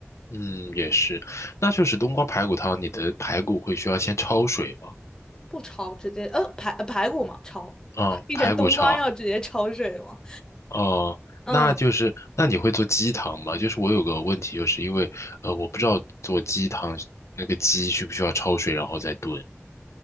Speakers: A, on the left; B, on the left.
A: 嗯，也是。那就是冬瓜排骨汤，你的排骨会需要先焯水吗？
B: 不焯直接呃排呃排骨嘛焯，
A: 嗯，
B: <laughs> 一整冬瓜要直接焯水嘛，
A: 排骨焯。哦、
B: 嗯。
A: 那就是那你会做鸡汤吗？就是我有个问题，就是因为呃，我不知道做鸡汤那个鸡需不需要焯水然后再炖。